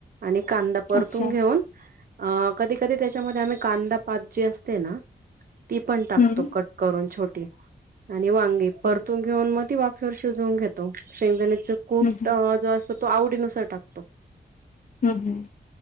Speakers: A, on the right (about 55°); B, on the left (about 45°).
A: आणि कांदा परतून
B: अच्छा
A: घेऊन, अ कधी कधी त्याच्यामध्ये आम्ही कांदा पात जी असते ना,, ती पण टाकतो,
B: हम्म
A: कट करून छोटी, आणि वांगी परतून
B: हम्म
A: घेऊन मग ती वाज्ञऽ फेवर शिजवून घेतो, शेवदाणेच कूट,
B: हम्म
A: जो असतो तो आवडीनुसार टाकतो.
B: हम् हम्,